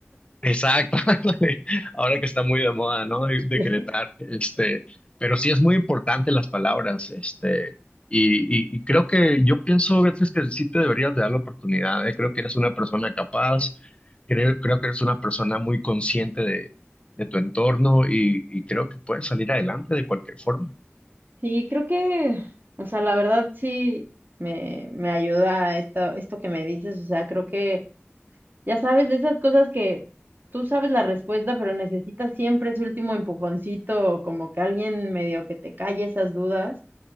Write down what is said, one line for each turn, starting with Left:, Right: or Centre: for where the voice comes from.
Left: Exacto, <laughs> ándale. ahora que está muy de moda, ¿no? De-
Right: <laughs>
Left: Decretar, este, pero sí es muy importante las palabras, este, y, y, y creo que yo pienso, Beatriz, que sí te deberías de dar la oportunidad, ¿eh? Creo que eres una persona capaz, creo, creo que eres una persona muy consciente de, de tu entorno y, y creo que puedes salir adelante de cualquier forma.
Right: Sí, creo que, o sea, la verdad sí me, me ayuda esto, esto que me dices, o sea, creo que, ya sabes, de esas cosas que tú sabes la respuesta, pero necesitas siempre ese último empujoncito, como que alguien medio que te calle esas dudas.